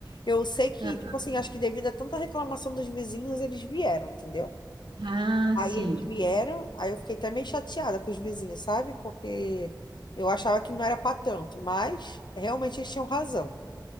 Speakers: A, on the left; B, on the right.
A: Eu sei que,
B: Ah,
A: tipo assim, acho que devido a tanta reclamação dos vizinhos, eles vieram, entendeu?
B: ah,
A: Aí
B: sim.
A: eles vieram, aí eu fiquei até meio chateada com os vizinhos, sabe? Porque eu achava que não era para tanto, mas realmente eles tinham razão.